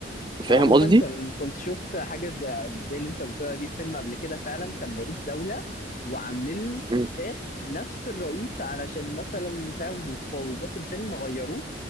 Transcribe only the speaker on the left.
عموما
كان كنت شفت حاجه زي زي اللي انت بتقولها دي في فيلم قبل كده فعلا كان رئيس دوله وعاملين له استنساخ
نفس الرئيس علشان مثلا فاهم وف- وجوه في الفيلم غيروه